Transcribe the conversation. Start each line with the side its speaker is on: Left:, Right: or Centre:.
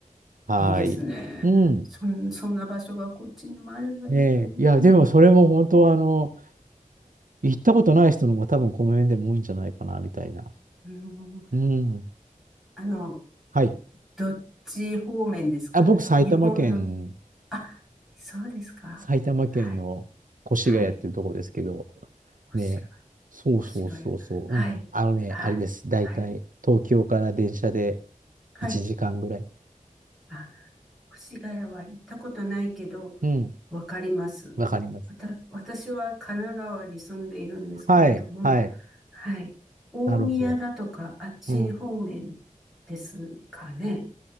Right: はい。
Centre: いいですね。
Right: うん。
Centre: そん、そんな場所がこっちにもあればいいな。
Right: ねえ。いや、でもそれも本当は、あの、行ったことない人の方が多分この辺でも多いんじゃないかな、みたいな。
Centre: うーん、
Right: うん。
Centre: あの、
Right: はい。
Centre: どっち方面ですか日本の、
Right: あ、僕、埼玉県、
Centre: あ、そうですか。
Right: 埼玉県の越谷っていうところですけど、
Centre: はい。はい。越
Right: ね、そうそうそうそう、
Centre: 谷、越谷。はい。
Right: うん、あのね、
Centre: はい。
Right: あれです。大体、
Centre: はい。
Right: 東京から電車で
Centre: はい。
Right: 1時間ぐらい。
Centre: あ、越谷は行ったことないけど、
Right: うん、
Centre: わかります。
Right: わかります。
Centre: わた、私は神奈川に住んでいるんですけれども、
Right: はい、はい、
Centre: はい。大宮だとか、
Right: なるほ
Centre: あっち方面
Right: ど。うん。
Centre: ですかね。